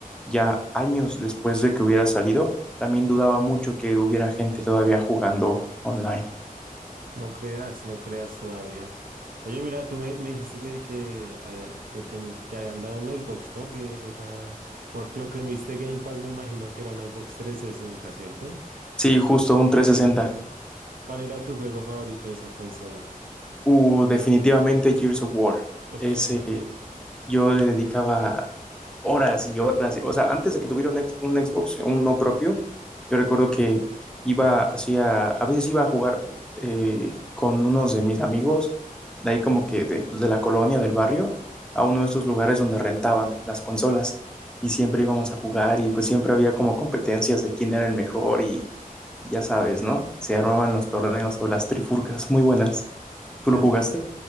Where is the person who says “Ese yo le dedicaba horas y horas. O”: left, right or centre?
Centre